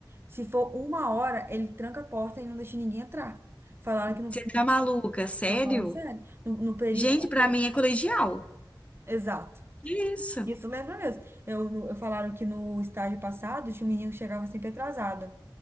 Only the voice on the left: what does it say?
Você tá maluca? Sério?
Gente, pra mim é colegial.
Que isso?